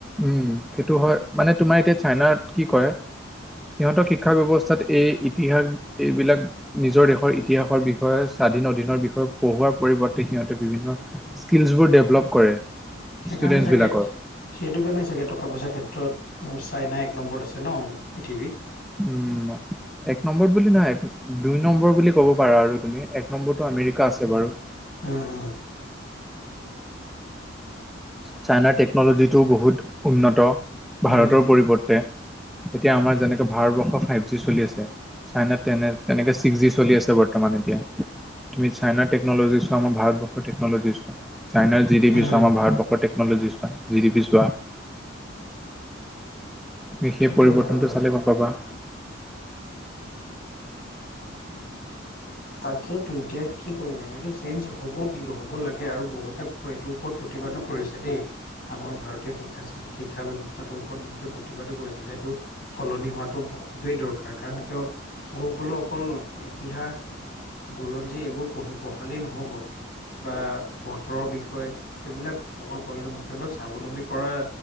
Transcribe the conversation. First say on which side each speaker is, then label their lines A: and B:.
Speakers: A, in the centre; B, on the left (about 50°).
A: উম, সেইটো হয় মানে তোমাৰ এতিয়া চাইনাত কি কৰে সিহঁতক শিক্ষা ব্যৱস্থাত এই ইতিহাস এইবিলাক নিজৰ দেশৰ ইতিহাসৰ বিষয়ে স্বাধীন অধীনৰ বিষয়ে পঢ়োৱাৰ পৰিৱৰ্তে সিহঁতে বিভিন্ন
B: <unintelligible>
A: স্কিলছবোৰ ডেভেলপ কৰে
B: সেইকাৰণে
A: ষ্টুডেন্টছবিলাকৰ
B: চাগে সেইটো কাৰণে চাগে টকা পইচাৰ ক্ষেত্ৰত চাইনা এক নম্বৰত আছে ন' পৃথিৱীত।
A: উম ম এক নম্বৰ বুলি নাই দুই নম্বৰ বুলি ক'ব পাৰা আৰু তুমি এক নম্বৰটো আমেৰিকা আছে বাৰু।
B: অ', অ'
A: চাইনাৰ টেকন'লজিটো বহুত উন্নত
B: উম
A: ভাৰতৰ পৰিৱৰ্তে।
B: <unintelligible>
A: এতিয়া আমাৰ যেনেকে ভাৰতবৰ্ষৰ ফাইভ জি চলি আছে চাইনাত তেনে তেনেকে ছিক্স জি চলি আছে বৰ্তমান এতিয়া। তুমি চাইনাৰ টেকনলজিৱা আমাৰ ভাৰতৰ্ষৰ টেনলজি চোৱা চাইনাৰ জি ডি
B: উম
A: বি
B: উম
A: চোৱা আম ভাৰতব টেকনলজি চোৱা জি ডি পি চোৱা। বিশেষ
B: সেইটো
A: পৰিৱৰ্তনটো
B: হয় বাৰু
A: চালে গম পাবা।
B: তাকেতো এতিয়া কি কৰিবানো এইটো চেঞ্জ হ'ব কিন্তু হ'ব লাগে আৰু বহুত তা এইটোৰ ওপৰত প্ৰতিবাদো কৰিছে দেই আমাৰ ভাৰতীয় শিক ক্ষা শিক্ষা ব্যৱস্থা তোৰ ওপৰত বহুতে প্ৰতিবাদো কৰিছে যে এইটো সলনি হোৱাটো ব খুবেই দৰকাৰ। কাৰণ কিয় কিয় কলো অকল ইতিহাস বুৰঞ্জী এইবোৰ পঢ় পঢ়ালেই নহব। বা বতৰৰ বিষয়ে সেইবিলাক অকল <unintelligible> সিহঁতক স্বাৱলম্বী কৰা